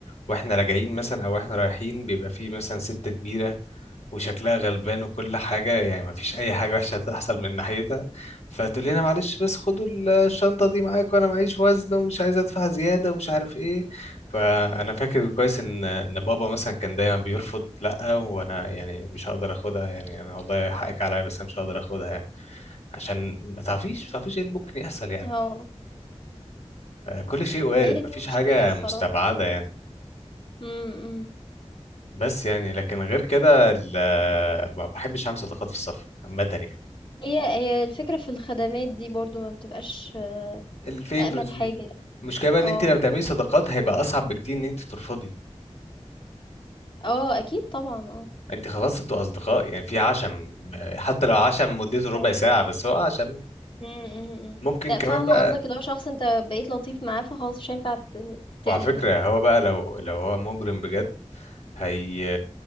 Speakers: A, on the left (about 75°); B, on the left (about 45°).
A: واحنا راجعين مثلا او احنا رايحين بيبقى فيه مثلا ست كبيرة وشكلها غلبان وكل حاجة يعني مفيش أي حاجة وحشة هتحصل من ناحيتها فتقول لنا معلش بس خدوا الشنطة دي معاك وأنا معيش وزن ومش عايز أدفع زيادة ومش عارف إيه فأنا فاكر كويس إن إن بابا مثلا كان دايما بيرفض لأ وأنا يعني مش هقدر آخدها يعني أنا والله حقك عليا بس أنا مش هقدر آخدها يعني عشان ما تعرفيش ما تعرفيش إيه اللي ممكن يحصل يعني
B: اه
A: كل شيء وارد
B: هي
A: مفيش
B: دي مشكله
A: حاجة
B: الصراحه
A: مستبعدة يعني
B: امم
A: بس يعني لكن غير كده ال- ما بحبش أعمل صداقات في السفر عامة يعني
B: هي هي الفكرة في الخدمات دي برضو ما بتبقاش
A: الفيفرز
B: أأمن حاجة
A: دي
B: يعني.
A: المشكله بقى
B: اه
A: ان انت لما تعملي صداقات هيبقى اصعب بكتير ان انت ترفضي
B: اه أكيد طبعا اه
A: انت خلاص انتوا اصدقاء يعني في عشم حتى لو عشم مدته
B: يعني-
A: ربع ساعه بس هو عشم
B: م- م- م.
A: ممكن
B: لا
A: كمان
B: فاهمة
A: بقى
B: قصدك اللي هو شخص انت بقيت لطيف معاه فخلاص مش هينفع ت- تقلب
A: وعلى فكره
B: يعني
A: هو بقى لو لو هو مجرم بجد هي